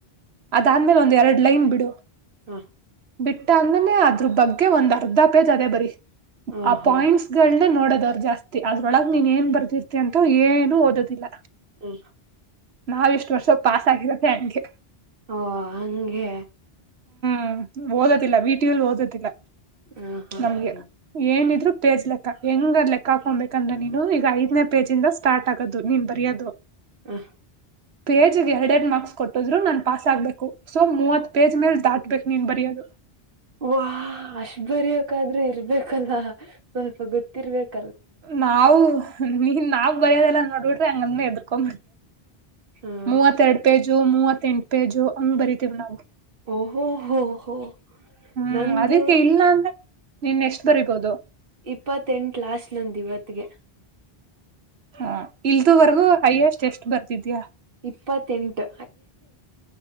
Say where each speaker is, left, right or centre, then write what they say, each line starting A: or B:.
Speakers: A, on the right; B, on the right.
A: ಅದಾದ್ಮೇಲೆ ಒಂದ್ ಎರಡ್ ಲೈನ್ ಬಿಡುುವ
B: ಹಾ
A: ಬಿಟ್ಟ ಅಂದನೆ ಅದ್ರ ಬಗ್ಗೆ ಒಂದ್ ಅರ್ಧ ಪೇಜ್ ಅದೇ ಬರಿ
B: ಓಹೋ
A: ಆ ಪಾಯಿಂಟ್ಸ್ ಗಳನೆ ನೋಡೋದ ಜಾಸ್ತಿ ಅದ್ರೊಳಗೆ ನೀನ್ ಏನ್ ಬರ್ದಿರ್ತಿ ಅಂತ ಏನು ಓದೋದಿಲ್ಲ
B: ಹ್ಮ
A: ನಾವ್ ಇಷ್ಟು ವರ್ಷ ಪಾಸ್ ಆಗಿದೆ ನಂಗೆ
B: ಓ ಹಗೆ
A: ಹ್ಮ್ ಓದದಿಲ್ಲ ವೀಟಲ್ಲಿ ಓದೋದಿಲ್ಲ
B: ಹ ಹಾ
A: ನಮ್ಗೆ
B: ಹ
A: ಏನಿದ್ರು ಪೇಜ್ ಲೆಕ್ಕ ಹೆಂಗದ್ ಲೆಕ್ಕ ಹಕೊಂಬಬೇಕಂದ್ರೆ ನೀನು ಐದನೇ ಪೇಜ್ ಇಂದ ಸ್ಟಾರ್ಟ್ ಆಗದು ನೀನ್ ಬರೆಯೋದು
B: ಹ
A: ಪೇಜ್ಗೆ ಎರಡ್ ಎರಡು ಮಾರ್ಕ್ ರ್ಕ್ಸ್ ಕೊಟ್ಟದ್ರು ನನ್ ಪಾಸ್ ಆಗ್ಬೇಕು ಸೊ ಮೂವತ್ ಪೇಜ್ ಮೇಲೆ ದಾಟ್ಬೇಕು ನೀನ್ ಬರಿಯೋದು
B: ವಾ -ಅಷ್ಟ್ ಬರ್ಯಕಾದ್ರೆ ಇರ್ಬೇಕಲ್ಲ ಸ್ವಲ್ಪ ಗೊತ್ತಿರ್ಬೇಕ.
A: ನಾವು ನೀನ್ ನಾವ್ ಬರಯೋದೆಲ್ಲಾ ನೋಡ್ಬಿಟ್ರೆ ಹಂಗ ಎದ್ಕೊ.
B: ಹ
A: ಮೂವತ್ತ ಎರಡ್ ಪೇಜು ಮೂವತ್ ಎಂಟು ಪೇಜು ಹಂಗ್ ಬರಿತೀವ್ ನಾವು.
B: ಓ- ಹೋ -ಹೋ
A: ಹ್ಮ್
B: ನಂದು
A: -ಅದಕ್ಕೆ ಇಲ್ಲ ಅಂದ್ರೆ ನಿನ್ ಎಷ್ಟ್ ಬರಿಬಹದು.
B: ಇಪ್ಪತ್ತೆಂಟು ಲ್ಲಾಸ್ಟ್ ನಂದು ಇವತ್ತಗೆ.
A: ಹ -ಇಲ್ದುುವರ್ಗೂ ಹಯ್ಯಸ್ಟ್ ಎಷ್ಟ್ ಬರ್ತಿದ್ಯಾ.
B: ಇಪ್ಪತ್ತೆಂಟು